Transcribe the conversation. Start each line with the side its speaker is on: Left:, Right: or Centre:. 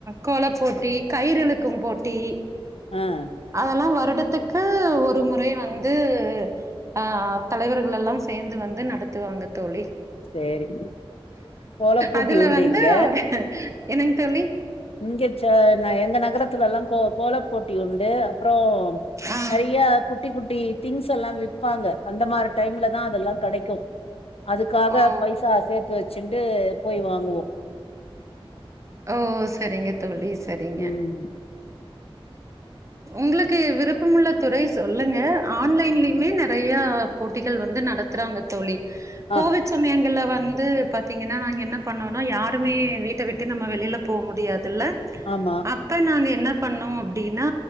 Right: கோலபோட்டி கயிறு இழுக்கும் போட்டி
Left: அ
Right: அதெல்லா வருடத்துக்கு ஒரு முறையா வந்து ஆ தலைவர்கள் எல்லா சேந்து வந்து நடத்துவாங்க தோழி
Left: சேரி கோல போட்டி
Right: அதுல
Left: உண்டு
Right: வந்து
Left: இங்க
Right: ஒரு என்னங் தோழி
Left: இங்க ச எங்க நகரத்துல எல்லா கோ கோல போட்டி உண்டு அப்றோ
Right: ஆ.
Left: நெறயா குட்டி குட்டி திங்ஸ் எல்லா விப்பாங்க அந்த மாரி டைம்லதா அதெல்லா கெடைக்கு அதுக்காக
Right: ஓ.
Left: பைசா சேத்து வெச்சுன்டு போய் வாங்குவோ
Right: ஓ சரிங்க தோழி சரிங்க
Left: ம்
Right: உங்களுக்கு விருப்பமுள்ள துறை சொல்லுங்க ஆன்லைன்லயுமே நெறையா போட்டிகள் வந்து நடத்துறாங்க தோழி கோவிட்
Left: ஆ
Right: சமயங்கள்ல வந்து பாத்தீங்கன்னா நாங்க என்ன பண்ணோனா யாருமே வீட்ட வி ட்ட நம்ம வெளில போக முடியாதில்ல
Left: ஆமா
Right: அப்ப நாங்க என்ன பண்ணோ அப்டின் னா